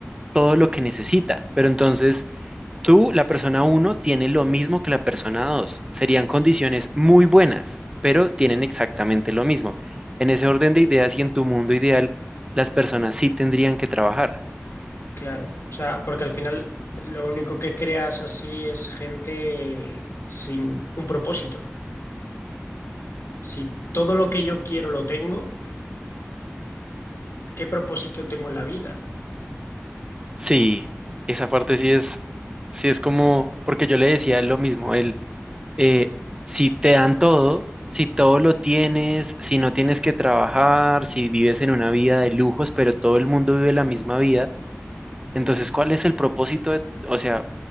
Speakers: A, on the right (about 20°); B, on the left (about 80°).
A: todo lo que necesita, pero entonces tú, la persona uno, tiene lo mismo que la persona 2, serían condiciones muy buenas, pero tienen exactamente lo mismo. En ese orden de ideas y en tu mundo ideal, las personas sí tendrían que trabajar.
B: claro. O sea, porque al final lo único que creas así es gente sin un propósito. Si todo lo que yo quiero lo tengo, ¿qué propósito tengo en la vida?
A: Sí, esa parte sí es, sí es como, porque yo le decía lo mismo, el, eh, si te dan todo, si todo lo tienes, si no tienes que trabajar, si vives en una vida de lujos, pero todo el mundo vive la misma vida, entonces, ¿cuál es el propósito de, o sea,